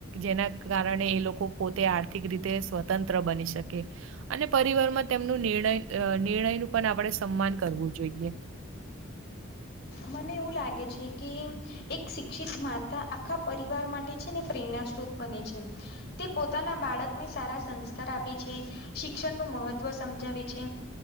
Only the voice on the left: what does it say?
મને એવું લાગે છે કે એક શિક્ષિત માતા આખા પરિવાર માટે છે ને પ્રેરણાસ્ત્રોત બને છે. તે પોતાના બાળકને સારા સંસ્કાર આપે છે. શિક્ષણનું મહત્વ સમજાવે છે.